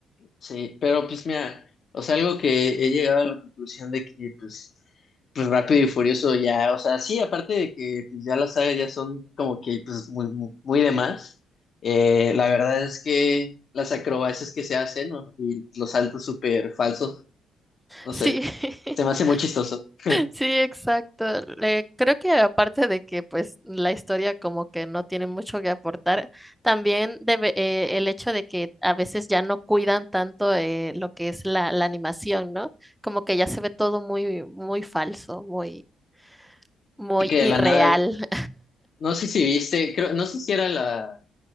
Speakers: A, on the left; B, in the centre.
A: Sí, pero pues mira, o sea, algo que he llegado a la conclusión de que pues, pues Rápido y Furioso ya, o sea, sí, aparte de que pues, ya las sagas ya son como que pues muy, muy, muy de más, eh, la verdad es que las acrobacias que se hacen, ¿no? Y los saltos súper falsos, no
B: Sí.
A: sé,
B: <laughs>
A: se me hace muy chistoso. <laughs>
B: Sí, exacto. Le- creo que aparte de que pues la historia como que no tiene mucho que aportar, también debe, eh, el hecho de que a veces ya no cuidan tanto eh, lo que es la, la animación, ¿no? Como que ya se ve todo muy, muy falso, muy, muy
A: Así que
B: irreal.
A: de la nada, no sé si viste, creo, no sé si era la